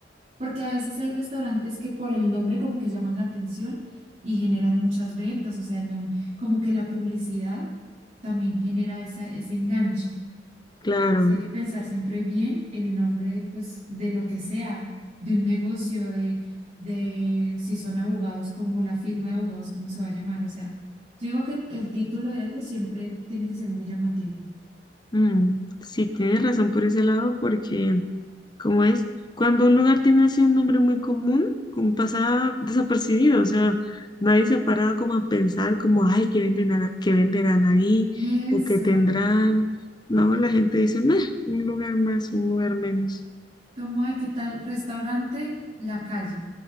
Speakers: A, on the right; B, on the left.
A: Porque a veces hay restaurantes que por el nombre como que llaman la atención y generan muchas ventas, o sea, el nombre, como que la publicidad también genera esa, ese enganche.
B: Claro.
A: Entonces, hay que pensar siempre bien el nombre, pues, de lo que sea, de un negocio, de, de si son abogados, como la firma de abogados, cómo se va a llamar. O sea, yo digo que el, el título de algo siempre tiene que ser muy llamativo.
B: Mm, sí, tienes razón por ese lado, porque. ¿Cómo es? Cuando un lugar tiene así un nombre muy común, como pasa desapercibido, o sea, nadie se para como a pensar como, ay, ¿qué venden, a- qué venderán ahí?
A: Eso,
B: ¿O qué tendrán? No, la gente dice, meh, un lugar más, un lugar menos.
A: ¿cómo hay? ¿Qué tal? Restaurante La Calle